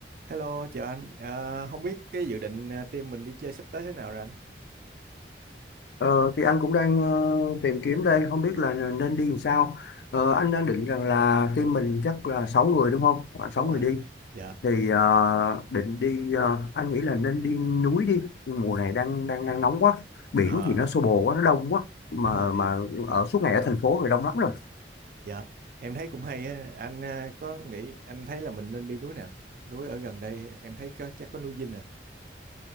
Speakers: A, on the right (about 50°); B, on the left (about 70°).
A: Hello, chào anh. Ờ, không biết cái dự định ờ, team mình đi chơi sắp tới thế nào rồi anh?
B: Ờ, thì anh cũng đang ờ, tìm kiếm đây, không biết là nên đi làm sao. Ờ, anh đang định rằng là team mình chắc là 6 người đúng không? Khoảng 6
A: Đúng
B: người
A: rồi,
B: đi.
A: dạ.
B: Thì ờ, định đi, ờ, anh nghĩ là nên đi núi đi. Mùa này đang đang đang nóng quá. Biển
A: Ờ,
B: thì nó xô bồ quá, nó đông quá. Mà
A: đúng rồi,
B: mà ở suốt ngày ở thành phố rồi đông lắm rồi.
A: dạ. Em thấy cũng hay á. Anh ờ, có nghĩ anh thấy là mình nên đi núi nào? Núi ở gần đây em thấy có, chắc có núi Dinh à.